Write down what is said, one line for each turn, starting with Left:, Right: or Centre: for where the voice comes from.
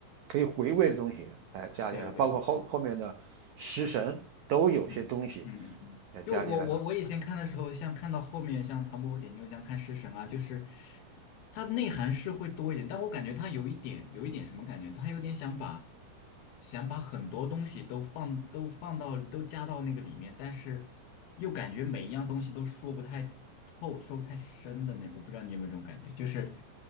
Right: 可以回味的东西，哎，加进来，
Left: 对对对对，
Right: 包括后后面的食神都有些东西
Left: 嗯嗯嗯嗯嗯，
Right: 哎加进来了。
Left: 就我我我以前看的时候，像看到后面像唐伯虎点秋香、看食神啊，就是它内涵是会多一点，但我感觉它有一点有一点什么感觉，它有点想把想把很多东西都放都放到都加到那个里面，但是又感觉每一样东西都说不太透、说不太深的那，我不知道你有没有这种感觉，就是。